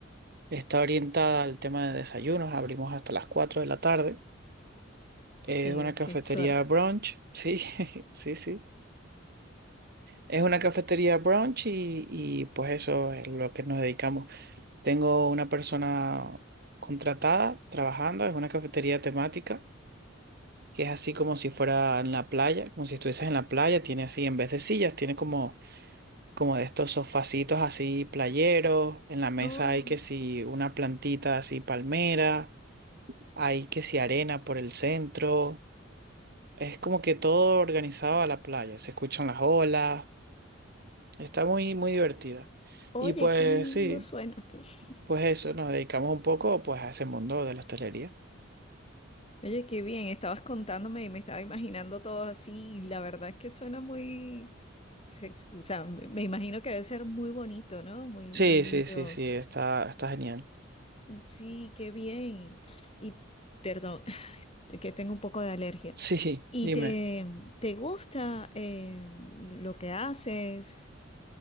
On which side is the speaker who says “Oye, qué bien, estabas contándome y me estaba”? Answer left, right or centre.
Left